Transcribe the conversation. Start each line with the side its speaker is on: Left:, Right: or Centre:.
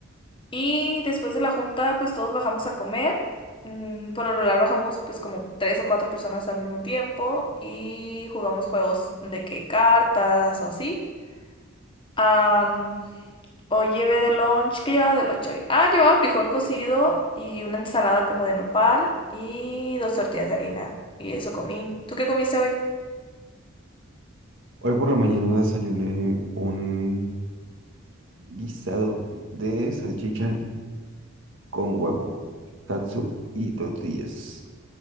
Left: Y después de la junta, pues todos bajamos a comer. Mm, por lo regular bajamos pues como tres o cuatro personas al mismo tiempo y jugamos juegos de que cartas o así. Am, hoy llevé de lunch. ¿Qué llevaba de lunch hoy? Ah, llevaba frijol cocido y una ensalada como de nopal y dos tortillas de harina. Y eso comí. ¿Tú qué comiste hoy?
Right: Hoy por la mañana desayuné un guisado de salchicha. con huevo, catsup y tortillas.